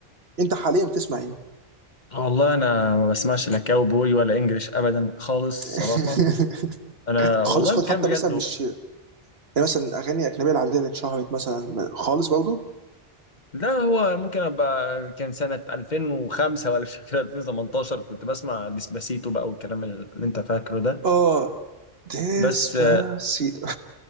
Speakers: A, on the right (about 70°); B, on the left (about 45°).
A: انت حاليا بتسمع ايه؟
B: آه، والله انا ما بسمعش لا كاوبوي ولا انجلش ابدا خالص
A: <laughs>
B: صراحة انا والله
A: خالص خالص
B: كان
A: حتى
B: بجد
A: مثلا مش يعني مثلا اغاني اجنبيه العاديه اللي اتشهرت مثلا خالص برضه
B: لا هو ممكن ابقى كان سنة 2005 ولا مش فاكر 2018 كنت بسمع ديسباسيتو بقى والكلام اللي انت فاكره ده
A: اه ديسباسيتو
B: بس آه،
A: <laughs>